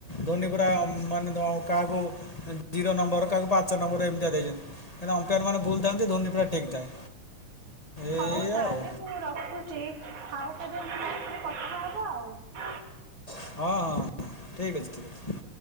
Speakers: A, on the left (about 45°); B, on the right (about 70°).
A: ଧୋନି ପୁରା ମାନେ ଦ ଅ କାହାକୁ ଜିରୋ ନମ୍ବର କାହାକୁ ପାଞ୍ଚ ନମ୍ବରରେ ଏମତି ଦେଇଛନ୍ତି ଅମ୍ପାୟାର ମାନେ ଭୁଲଥାନ୍ତୁ ଧୋନି ପୁରା ଠିକ୍ ଥାଏ। ଏଇଆ
B: ହଉ ତାହେଲେ
A: ଆଉ
B: ମୁଁ ରଖୁଛି ଆଉ କେବେ ମୋ ସାଥିରେ କଥା ହବ ଆଉ।
A: ହଁ ହଁ ହଁ ଠିକ୍ ଅଛି ଠିକ୍ ଅଛି।